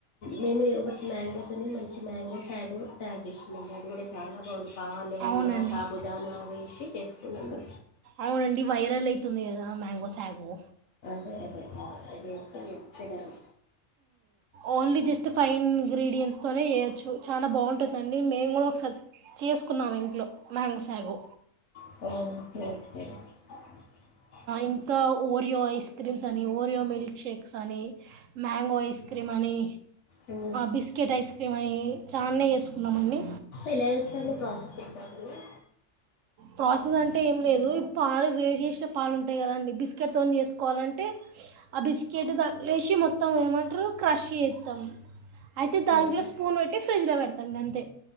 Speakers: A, on the left (about 65°); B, on the right (about 75°).
A: మేము ఒకటి మ్యాంగోతోనే మంచి మ్యాంగో సాగు తయారు చేస్తుకున్నాండి అది కూడా చాలా బాగుంది పాలు అండ్ల
B: అవునండి
A: సాబుదానా వేసి చేసుకున్నాము
B: అవునండి వైరల్ అయతుంది కదా మ్యాంగో సాగు
A: అదే అదే అదే చేసి తిన్నాం
B: ఓన్లీ జస్ట్ ఫైన్ ఇంగ్రీడియంట్స్ తోనే చేయచ్చు చాలా బాగుంటందండి మేము కూడా ఒకసారి చేసుకున్నాం ఇంట్లో మ్యాంగో సాగు
A: <unintelligible>
B: ఇంకా ఓరియో ఐస్ క్రీమ్స్ అని ఓరియో మిల్క్ షేక్స్ అని మ్యాంగో ఐస్ క్రీమ్ అని
A: ఉ
B: బిస్కెట్ ఐస్ క్రీమ్ అనీ చానే చేసుకున్నామండి
A: ఎలా చేస్తారండి ప్రాసెస్ చెప్తారు కొంచెం
B: ప్రాసెస్ అంటే ఏం లేదు ఈ పాలు వేడి చేసిన పాలుంటాయి కదండి బిస్కెట్ తోని చేసుకోవాలంటే ఆ బిస్కెట్ దాంట్లో వేసి మొత్తం ఏమంటారు క్రష్ చెత్తం అయితే దాంట్లో
A: ఓకే
B: స్పూన్ పెట్టి ఫ్రిడ్జ్ లో పెడతాం గంతే